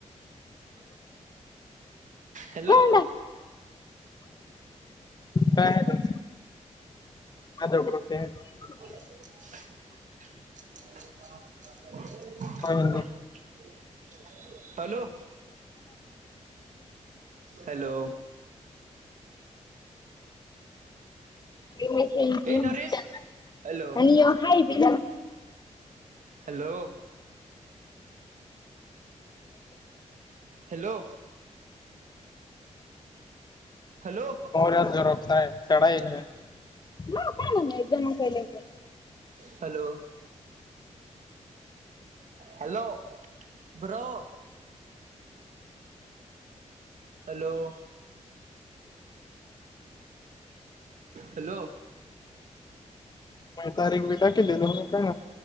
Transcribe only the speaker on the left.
कोन्डा काय आहे ते <inaudible>
काय
नाही आहे.
आणि ये हाय बी.
<inaudible>
म तारीख बी टा केली दोघ का.